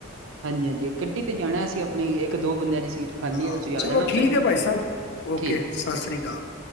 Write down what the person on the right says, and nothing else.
ਹਾਂਜੀ ਹਾਂਜੀ, ਗੱਡੀ ਤੇ ਜਾਣਾ ਅਸੀਂ ਆਪਣੀ, ਇੱਕ ਦੋ ਬੰਦਿਆਂ ਦੀ ਸੀਟ ਖਾਲੀ
ਹੈ ਤੁਸੀਂ ਆ
ਜਾਣਾ
ਪਹਿਲੇ
ਠੀਕ।